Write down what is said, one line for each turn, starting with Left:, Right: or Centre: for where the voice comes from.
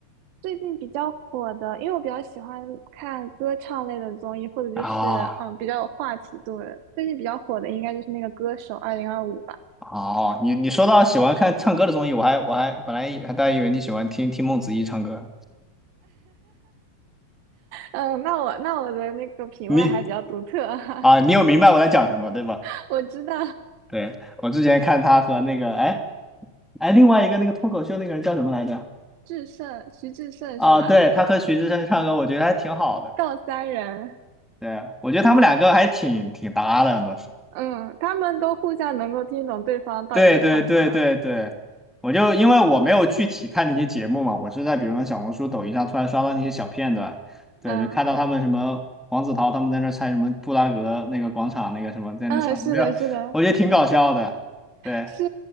Right: 最近比较火的，因为我比较喜欢看歌唱类的综艺，或者就是嗯比较有话题度的。
Centre: 啊
Right: 最近比较火的应该就是那个歌手二零二五》吧。
Centre: 哦，你你说到喜欢看唱歌的综艺，我还我还本来还大家以为你喜欢听听孟子义唱歌，
Right: 嗯，那我那我的那个品味还比较独特啊，
Centre: 你啊，你有明白我在讲什么，对吧？
Right: <laughs> 我知道
Centre: 对，我之前看他和那个，哎哎，另外一个那个脱口秀那个人叫什么来着？
Right: 志胜，徐志胜是吧？
Centre: 啊，对，他和徐志胜唱歌，我觉得还挺好的。
Right: 告三人，
Centre: 对，我觉得他们两个还挺挺搭的，那时候。
Right: 嗯，他们都互相能够听懂对方到底在唱什么。
Centre: 对对对对对，我就因为我没有具体看那些节目嘛，我是在比如说小红书、抖音上突然刷到那些小片段，对，
Right: 嗯
Centre: 就看到他们什么黄子韬他们在那儿猜什么布拉格那个广场那个什么在那儿唱，
Right: 嗯，是的，
Centre: 我觉得我觉得挺搞笑的。
Right: 是的，
Centre: 对。
Right: 是，